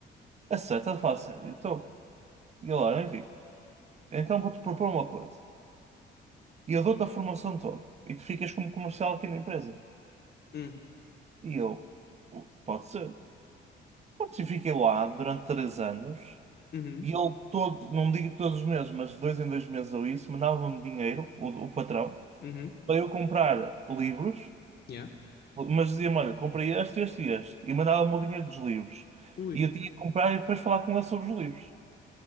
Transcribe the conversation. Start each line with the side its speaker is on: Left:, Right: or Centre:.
Right: A sério, estás a falar a sério? Então, e ele, olha, Henrique, então vou-te propor uma coisa. E eu dou-te a formação toda. E tu ficas como comercial aqui na empresa.
Left: Hum,
Right: E eu, pode ser. Pronto, e fiquei lá durante três anos.
Left: Uhum,
Right: E ele todo, não digo todos os meses, mas de dois em dois meses ou isso, mandava-me dinheiro, o, o patrão,
Left: uhum.
Right: para eu comprar livros,
Left: Yeah.
Right: mas dizia-me, olha, comprei este, este e este, e mandava-me o dinheiro dos livros.
Left: Ui,
Right: E eu tinha que comprar e depois falar com ele sobre os livros.